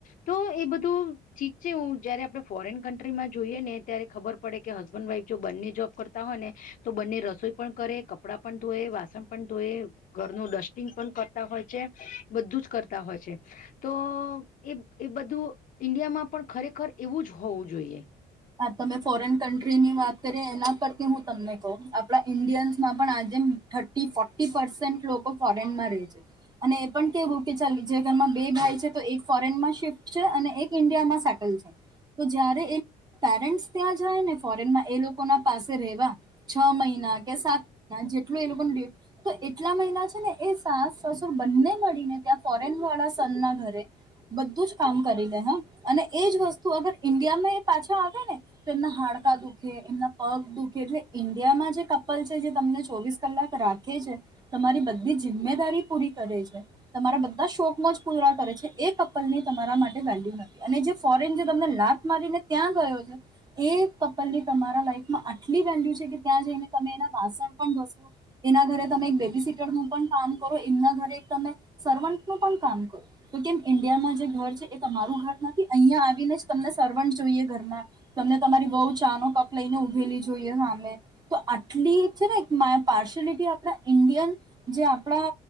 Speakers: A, on the left (about 50°); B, on the right (about 25°).
A: તો એ બધું. ઠીક છે હું જયારે આપડે ફોરેન કન્ટ્રીમાં જોઈએ ને ત્યારે ખબર પડે કે હસબન્ડ વાઈફ જો બંને જોબ કર. હોય ને તો બંને રસોઈ પણ કરે કપડાં પણ ધોએ વાસણ પણ ધોએ. ઘરનું ડસ્ટિંગ પણ કરતા હોય છે બધું જ કરતા હોય છે. તો એ એ બધું ઈન્ડિયામાં પણ ખરેખર એવું જ હોવું જોઈએ.
B: આ તમે ફોરેન કન્ટ્રીની વાત કરી એના પરથી હું તમને કઉ આપણા ઈન્ડિયન્સમાં પણ આજે. થર્ટી ફોર્ટી પસેન્ટ લોકો ફોરેનમાં રહે છે. અને એ પણ કેવું કે ચાલ જે ઘરમાં બે ભાઈ છે તો એક ફોરેનમાં શિફ્ટ છે અને એક. ઇન્ડિયામાં સેટલ છે તો જયારે એ. પેરેન્ટ ત્યાં જાય ને ફોરેનમાં એ લોકો ના પાસે રહેેવા. છ મહિના કે સાત મહિના જેટલું એ લોકોનું રેવું તો એટલા મહિના છે ને એ સાસ. સસુર બન્ને મળીને ત્યા ફોરેન વાળા. ઘરે બધું જ કામ કરી લે હ અને એજ વસ્તુ અગર ઇન્ડિયામાં. પાછા આવે ને. એમના હાડકા દુખે એમના પગ દુખે એટલે ઈન્ડિયામાં જે કપલ છે જે તમને ચોવીસ કલાક રાખ. ખે છે તમારી બધી જિમ્મેદારી પૂરી કરે છે. તમારા બધા શોખ માં જ પૂરા કરે છે એ કપલની તમારા માટે વેલ્યુ નથી અને જે. ફોરેન જે તમને લાત મારીને ત્યાં ગયો છે. એ કપલ ની તમારા લાઈફમાં આટલી વેલ્યુ છે કે ત્યાં જઈને તમે એના વાસણ પણ ઘસો. એના ઘરે તમે એક બેબી સીટરનું પણ કામ કરો એમના ઘરે તમે સર્વન્ટનું પણ કામ કરો. તો કેમ ઈન્ડિયામાં જે ઘર છે એ તમારું ઘર નથી અહિયા આવીને જ તમને સર્વન્ટ. જોઈએ ઘરમાં તમને તમારી વહુ ચાનો કપ લઈને ઉભેલી જોઈએ સામે. તો આટલી છે ને પાર્શિયાલિટી આપણા ઇન્ડિયન. જે આપણા